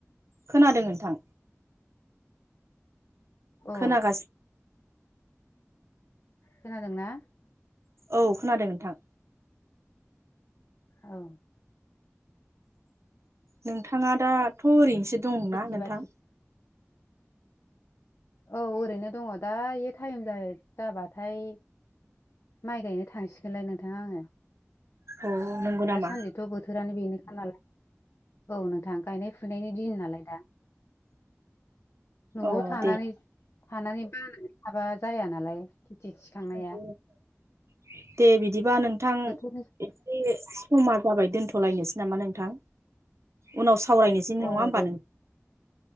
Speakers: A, on the right; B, on the left.
A: खोनादों नोंथां
B: औ
A: खोनागासि
B: खोनादोंना?
A: औ खोनादों नोंथां
B: औ
A: नोंथाङा दाथ' ओरैनोसो दंना
B: खेथि
A: नोंथां?
B: बाथि औ ओरैनो दङ दा बे टाइम जाबाथाय माइ गायनो थांसिगोनलाय नोंथाङा आङो।
A: औ नंगौ
B: दासान्दिथ'
A: नामा
B: बोथोरानो बेनो खा नालाय औ नोंथां गायनाय फुनायनि दिन नालाय दा <inaudible> न'आव
A: औ
B: थानानै
A: दे
B: थानानै बानाय थाबा जाया नालाय खेथि थिखांनाया
A: नंगौ नोंथां दे बिदिबा नोंथां
B: बोथोरनि
A: इसे समा जाबाय दोनथ'लायनोसै नामा नोंथां उनाव सा सावरायनोसै नङा
B: अ
A: होमबा
B: दे
A: नों